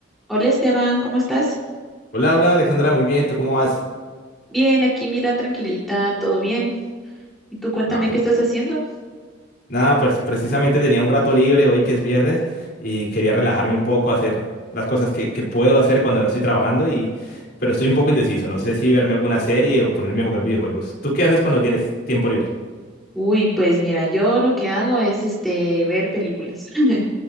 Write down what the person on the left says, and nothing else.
Hola, hola Alexandra, muy bien, ¿tú cómo vas?
Ah, qué
bueno.
Nada, pues precisamente tenía un rato libre hoy que es viernes y quería relajarme un poco, hacer las cosas que, que puedo hacer cuando no estoy trabajando y pero estoy un poco indeciso, no sé si verme alguna serie o ponerme a jugar videojuegos. ¿Tú qué haces cuando tienes tiempo libre?